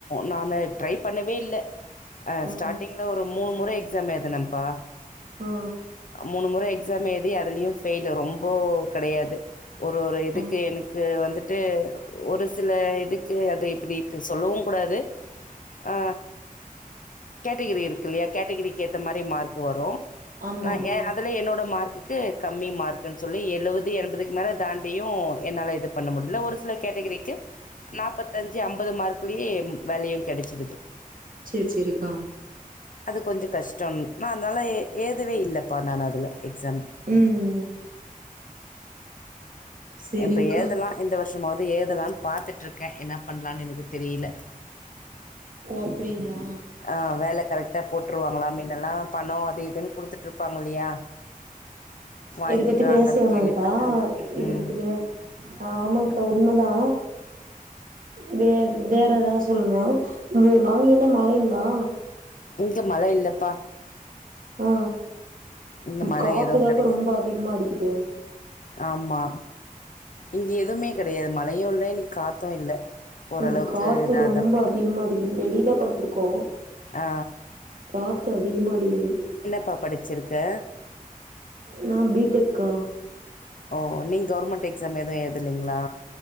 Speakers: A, on the left (about 60°); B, on the right (about 65°).
A: நானு ட்ரை பண்ணவே இல்ல அ
B: ம்
A: ஸ்டார்டிங்ல ஒரு மூணு முற எக்ஸாம் எழுதுனம்ப்பா
B: ஆ
A: மூணு முறை எக்ஸாம் ஏழுதி அதுலேயு ஃபெயிலு ரொம்போ கெடையாது ஒரு ஒரு இதுக்கு
B: ஆ
A: எனக் க்கு வந்துட்டு ஒரு சில இதுக்கு அத இப்டி இப்ப சொல்லவு கூடாது ஆ கேட்டகிரி இருக்கு இல்லையா கேட்டகிரிக்கு ஏத்த மாரி மார்க்கு வரு
B: ஆமா
A: நா
B: ஆமா
A: எ ஹஸ் இதுல என்னோட மார்க்குக்கு கம்மி மார்க்குன் சொல்லி எழுவது எண்பதுக்கு மேல தாண்டியு என்னால இது பண்ண முடில ஒரு சில கேட்டகிரிக்கு நாப்பத்தஞ்சு அம்பது மார்க்குலயே வேலயு கெடச்சிடுது
B: சேர் சேரிக்கா
A: அது கொஞ்ச கஷ்டம் நா அதனால ஏ ஏழ்தவே இல்லப்பா நானு அதுல எக்ஸாம்
B: ம் சேரிங்க்கா
A: இப்ப எழுதலா இந்த வர்ஷமாவ்து ஏழுதலான் பாத்துட்ருக்கே என்ன பண்லானு எனக்கு தெரியில
B: ஓ அப்டிங்ளா
A: அ வேல கரெக்டா போட்டுருவாங்களா மீன்னெல்லா பண அது இதுன் குடுத்துட்ருப்பாங்க இல்லையா வாங்கிடுறாங்கன்னு
B: இத பத்தி பேச வேணாங்க்கா
A: கேள்விப்பட்டாங்க ம்
B: இத
A: ம்
B: பத்தி பே ஆ ஆமாங்க்கா உண்மதா வே வேற எதா சொல்லுங்க இங்கே அங்க என்ன மழைங்ளா
A: இங்க மழை இல்லப்பா
B: ஆ
A: இங்க மழை
B: காத்துதாக்கா
A: எதுவும் கிடையாது
B: ரொம்ப அதிகமா அடிக்குது
A: ஆமா இங்க எதுமே கெடையாது மழையு இல்ல இன்னைக்கு காத்து இல்ல ஓரளவுக்கு
B: இங்க காத்து
A: இதாது
B: ரொம்ப
A: அப்படி
B: அதிகமா அடிக்குது வெளியதா படுத்திருக்கோ
A: ஆ
B: காத்து அதிகமாடிக்குது
A: ப்பா படிச்சிருக்க
B: நா பி டெக்கா
A: ஓ நீ கவர்மெண்ட் எக்ஸாம் எது எழுதலீங்களா